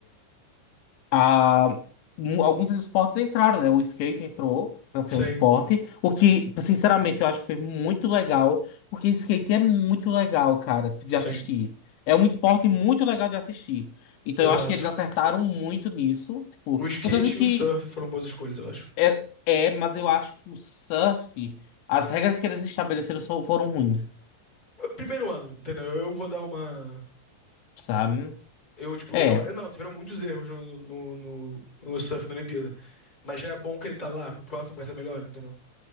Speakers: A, on the left (about 85°); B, on the left (about 20°).
A: a- um- alguns esportes entraram, né? O skate entrou para ser
B: Sim,
A: um esporte, o que, sinceramente, eu acho que foi muito legal, porque skate é muito legal, cara, de
B: sim,
A: assistir. É um esporte muito legal de assistir. Então
B: exato.
A: eu acho que eles acertaram muito nisso. Tipo,
B: O skate
A: não tô dizendo que
B: e o surf foram boas escolhas, eu acho.
A: é, é, mas eu acho que o surf, as regras que eles estabeleceram só foram ruins,
B: Primeiro ano, entendeu? Eu vou dar uma.
A: sabe?
B: Eu, tipo,
A: É,
B: eu. eu- Não, tiveram muitos erros no, no, no, no surf da Olimpíada. Mas já é bom que ele tá lá, pro próximo vai ser melhor, entendeu?